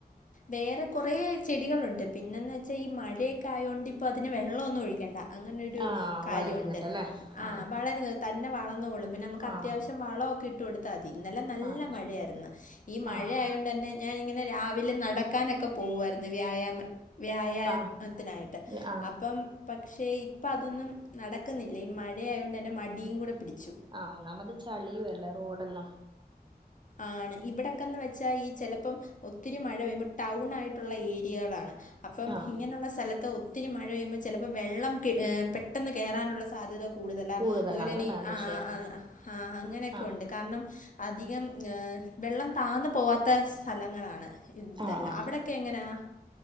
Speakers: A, on the left (about 50°); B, on the right (about 30°).
A: വേറെ കുറേ ചെടികളുണ്ട് പിന്നെന്ന് വെച്ചാൽ ഈ മഴയൊക്കെ ആയതൊണ്ട് ഇപ്പോൾ അതിന് വെള്ളമൊന്നും ഒഴിക്കേണ്ട അങ്ങനൊരു
B: ആ
A: കാര്യ
B: വളരുന്നുണ്ടല്ലേ
A: ഉണ്ട് ആഹ്
B: ആ
A: വളരുന്നു തന്നെ വളന്നോളും പിന്നെ നമുക്ക് അത്യാവശ്യം
B: ആഹ്
A: വളമൊക്കെ ഇട്ട് കൊടുത്താൽ മതി ഇന്നലെ നല്ല
B: അതെ
A: മഴയാരുന്നു ഈ മഴയാകൊണ്ടന്നെ
B: ആഹ്
A: ഞാനിങ്ങനെ രാവിലെ നടക്കാനൊക്കെ പോവുമായിരുന്നു വ്യായാമ വ്യായാമത്തിനായിട്ട്
B: ആഹ് ആഹ്
A: അപ്പം പക്ഷേ ഇപ്പം അതൊന്നും നടക്കുന്നില്ലേ മഴയായകൊണ്ട് തന്നെ മടിയും കൂടെ പിടിച്ചു
B: ആ ഒന്നാമ്മത് ചളിയും അല്ല റോഡല്ലാം
A: ആണ് ഇവിടെക്കെന്ന് വെച്ചാൽ ഈ ചെലപ്പം ഒത്തിരി മഴ പെയ്യുമ്പം ടൗൺ ആയിട്ടുള്ള ഏരിയകളാണ് അപ്പം
B: ആഹ്
A: ഇങ്ങനെയുള്ള സ്ഥലത്ത് ഒത്തിരി മഴ പെയ്യ്മ്പം ചിലപ്പോൾ വെള്ളം പെട്ടെന്ന് കേറാനുള്ള സാധ്യത കൂടുതലാ
B: കൂടുതലാന്നല്ലേ
A: അതുപോലെനി
B: അത്
A: ആഹ്
B: ശരി
A: ആഹ് അങ്ങനെയൊക്കെ
B: ആഹ്
A: ഉണ്ട് കാരണം അധികം ഏഹ് വെള്ളം താന്ന് പോവാത്ത സ്ഥലങ്ങളാണ് ഇതെല്ലാം
B: ആഹ് ആഹ്
A: അവിടെ ക്കെങ്ങനാ